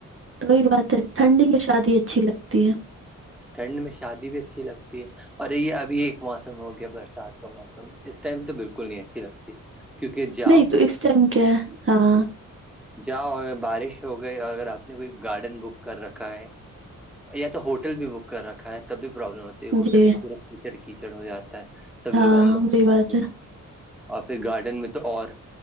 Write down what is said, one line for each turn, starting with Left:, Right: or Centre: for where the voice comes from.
Right: توی بات ہے ٹھنڈی میں شادی اچھی لگتی ہے
Centre: ٹھنڈ میں شادی بھی اچھی لگتی ہے اورر یہ ابھی ایک موسم ہو گیا برسات کا موسم اس ٹائم تو بالکل نہیں اچھی لگتی کیونکہ جاؤ
Right: نہیں تو اس ٹائم کیا ہاں
Centre: جاؤ بارش ہو گئی اگر آپ نے کوئی گارڈن بک کر رکھا ہے یا تو ہوٹل بھی بک کر رکھا ہے تب بھی پروابلم ہوتی ہے ہوٹل
Right: جی
Centre: میں پورا کیچڑ کیچڑ ہو جاتا ہے سب
Right: ہاں
Centre: لوگ اندر
Right: وہی بات
Centre: آ ہیں
Right: ہے
Centre: اور پھر گارڈن میں تو اور